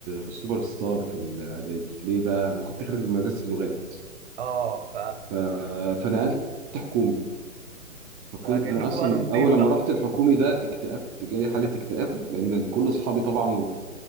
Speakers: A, on the right; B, on the right.
A: سوبر ستار في الاعدادي ليه بقى انا كنت خارج من مدرسه اللغات
B: اه ف
A: ف... فنقلت حكومي فكنت
B: فجاي
A: انا
B: لكم
A: اصلا
B: بقى انا نضيف
A: اول لما
B: بقى
A: رحت الحكومي ده اكتئبت جالي حاله اكتئاب لان كل اصحابي طبعا